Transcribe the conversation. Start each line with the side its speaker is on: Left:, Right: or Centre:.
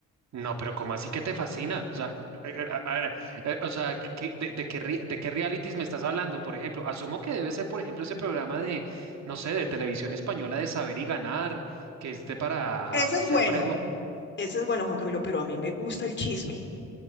Right: no, pero ¿cómo así que te fascina? O sea, eh, eh, a ver, eh, o sea, ¿qué- de, de qué, rea- de qué realities me estás hablando? Por ejemplo, asumo que debe ser, por ejemplo, ese programa de, no sé, de televisión española de Saber y Ganar, que es de para
Left: Ese
Right: ah,
Left: es
Right: hacer
Left: bueno,
Right: preguntas. <laughs>
Left: ese es bueno, Juan Camilo, pero a mí me gusta el chisme.